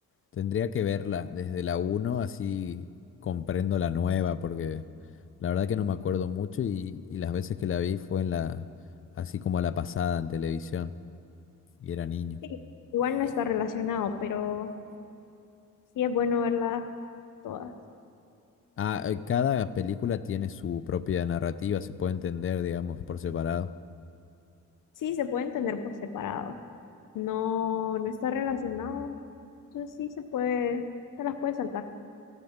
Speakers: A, on the left (about 45°); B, on the left (about 80°).
A: Tendría que verla desde la uno así comprendo la nueva, porque la verdad que no me acuerdo mucho y, y las veces que la vi fue en la, así como a la pasada en televisión y era niño.
B: Sí, igual no está relacionado, pero sí es bueno verlas todas.
A: Ah, eh, cada película tiene su propia narrativa, se puede entender, digamos, por separado.
B: Sí, se puede entender por separado. No, no está relacionado. Entonces sí se puede, te las puedes saltar.